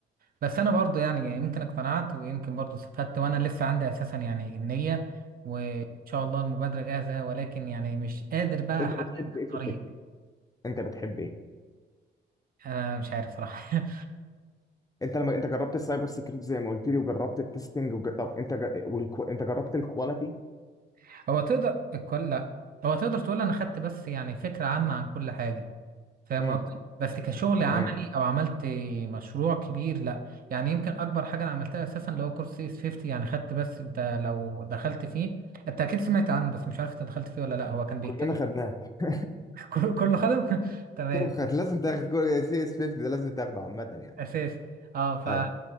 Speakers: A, on the right; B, on the left.
A: بس انا برضو يعني يمكن اقتنعت ويمكن برضو استفدت وانا لسه عندي اساسا يعني النية وان شاء الله المبادرة جاهزة ولكن يعني مش قادر بقى
B: انت
A: احدد
B: بتحب
A: الطريق
B: ايه في التك انت بتحب ايه
A: انا مش عارف صراحة
B: انت لما انت جربت السايبر سيكيورتي زي ما قلت لي وجربت التستنج وج... طب انت ج... والكو... انت جربت الكواليتي
A: <laughs> هو تقدر الكل لا هو تقدر تقول انا خدت بس يعني فكرة عامة عن كل حاجة فاهم
B: امم
A: قصدي بس كشغل
B: تمام
A: عملي او عملت مشروع كبير لا يعني يمكن اكبر حاجه انا عملتها اساسا اللي هو كورس سي اس 50 يعني خدت بس انت لو دخلت فيه انت اكيد سمعت عنه بس مش عارف انت دخلت فيه ولا لا هو كان بيتكلم
B: كلنا خدناه <laughs>
A: <laughs> كله كله خدم <laughs> تمام
B: كله خد- لازم تاخد سي اس 50 ده لازم تاخده عامه يعني
A: اساسي اه ف
B: ايوه